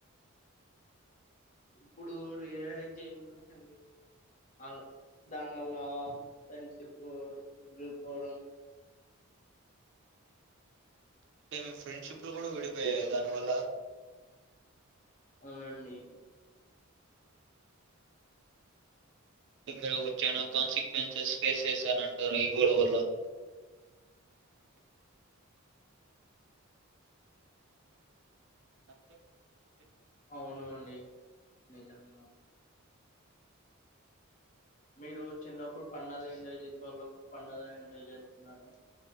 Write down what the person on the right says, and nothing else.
అంటే, మి ఫ్రెండ్షిప్ లు కూడా, విడిపోయాయి దానివల్ల.
ఇక్కడ వొచ్చినాక, కాన్సిక్వెన్సెస్ ఫేస్ చేసా అంటారు ఇగోలా వల్ల. <inaudible>